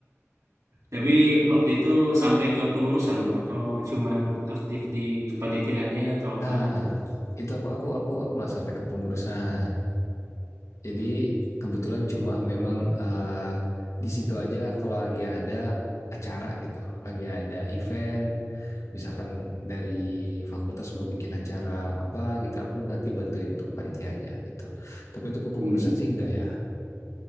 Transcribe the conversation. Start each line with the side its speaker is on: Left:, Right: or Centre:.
Right: Tapi waktu itu sampai ke pengurusan bang, atau cuman aktif di kepanitiaannya atau apa
Left: Nah,
Right: gitu?
Left: itu aku aku aku aku nggak sampai ke pengurusan. Jadi kebetulan cuma memang eh, di situ aja kalau lagi ada acara gitu, lagi ada event, misalkan dari fakultas mau bikin acara apa gitu, aku nanti bantuin untuk panitianya gitu. Tapi itu kepengurusan
Right: Hmm,
Left: sih enggak ya.